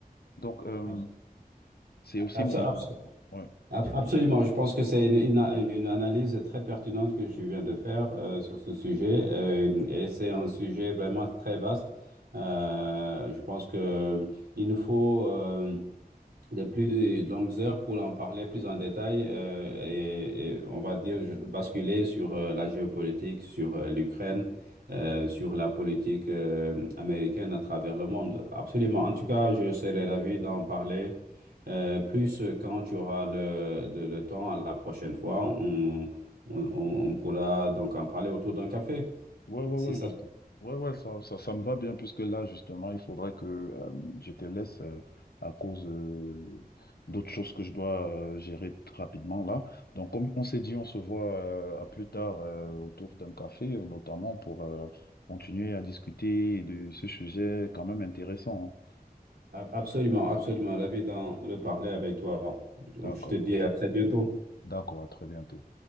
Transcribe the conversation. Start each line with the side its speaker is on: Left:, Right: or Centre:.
Left: Donc, euh,
Right: Abs-
Left: c'est aussi
Right: abs-
Left: mon
Right: abs-
Left: avis. Ouais.
Right: ab- Absolument, je pense que c'est une, une- une analyse très pertinente que je viens de faire euh, sur ce sujet euh, et c'est un sujet vraiment très vaste. Euh, je pense que euh, il nous faut euh, de plus longues heures pour en parler plus en détail euh, et, et on va dire je- basculer sur euh, la géopolitique, sur euh, l'Ukraine, euh, sur la politique euh, américaine à travers le monde. Absolument. En tout cas, je serai ravi d'en parler euh, plus quand tu auras le, le, le temps à la prochaine fois. On, on, on on pourra donc en parler autour d'un café.
Left: Ouais, ouais,
Right: Si
Left: ouais,
Right: ça...
Left: juste... ouais, ouais, ça, ça, ça me va bien puisque là, justement, il faudrait que euh, je te laisse euh, à cause euh, d'autres choses que je dois euh, gérer t- rapidement là. Donc, comme on s'est dit, on se voit euh, à plus tard euh, autour d'un café, euh, notamment pour euh, continuer à discuter de ce sujet quand même intéressant. hein.
Right: Absolument, absolument. Ravi d'en reparler avec toi. Donc,
Left: D'accord,
Right: je te dis à très bientôt.
Left: d'accord, à très bientôt.